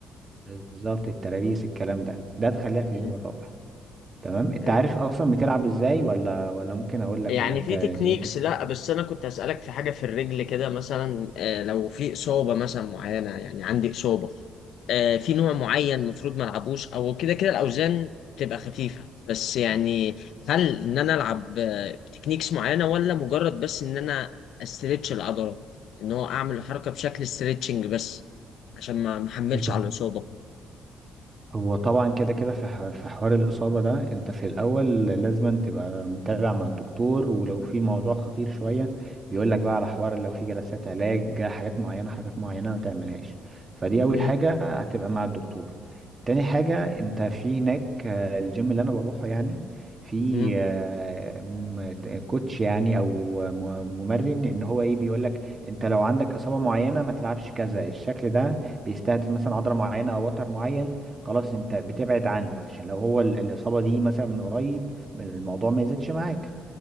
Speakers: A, on the right; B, on the left.
A: بالظبط الترابيس الكلام ده ده تخليها في
B: مم.
A: اليوم الرابع تمام انت
B: حلو
A: عارف اصلا بتلعب ازاي ولا ولا ممكن اقول لك
B: يعني
A: ولا انت
B: في
A: دنيتك
B: تكنيكس لا بس انا كنت اسالك في حاجه في الرجل كده مثلا آه، لو في اصابه مثلا معينه يعني عندي اصابه آه، في نوع معين المفروض ما العبوش او كده كده الاوزان تبقى خفيفه بس يعني هل ان انا العب آه، تكنيكس معينه ولا مجرد بس ان انا استرتش العضله ان هو اعمل الحركه بشكل استرتشنج بس عشان ما ما احملش
A: إيه؟
B: على الاصابه
A: هو طبعا كده كده في ح- في حوار الإصابة ده انت في الأول لازم أن تبقى متابع مع الدكتور ولو في موضوع خطير شوية بيقولك بقى على حوار لو في جلسات علاج حاجات معينة حركات معينة ما تعملهاش فدي أول
B: امم
A: حاجة هتبقى مع الدكتور تاني حاجة انت في هناك آه، الجيم اللي أنا بروحه يعني في
B: امم
A: آه، م- ت- كوتش يعني أو م- ممرن إن هو إيه بيقولك أنت لو عندك إصابة معينة ما تلعبش كذا الشكل ده بيستهدف مثلا عضلة معينة أو وتر معين خلاص انت بتبعد عنه عشان لو هو ال- الاصابه دي مثلا من قريب من الموضوع ما يزيدش معاك